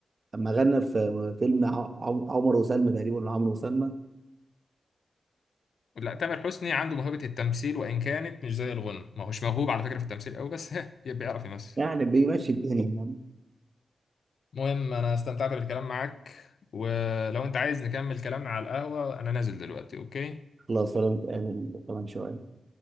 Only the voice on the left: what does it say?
لا تامر حسني عنده موهبه التمثيل وان كانت مش زي الغنى ما هوش موهوب على فكره في التمثيل قوي بس ها بيعرف يمثل
المهم انا استمتعت بالكلام معاك ولو انت عايز نكمل كلامنا على القهوة انا نازل دلوقتي اوكي